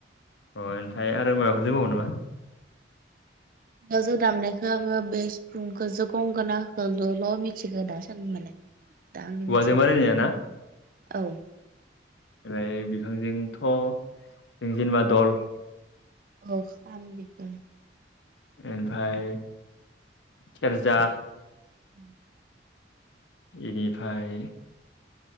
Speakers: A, on the left; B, on the right.
A: अ ओमफ्राय आरो मायोबाफोर दंबावो नामा
B: गाजों दामनायखौ आङो बे सिफुंखौ ज गंगोनाखोजोल' मिथिगो दा सान माने दा आंनि
A: औवाजों
B: मिथिनायाव
A: बानायनाया ना
B: औ
A: ओफ्राय बिफांजोंथ' जों जेनेबा दल
B: औ खाम बेखौ
A: ओमफ्राय सेरजा
B: <inaudible>
A: इनिफ्राय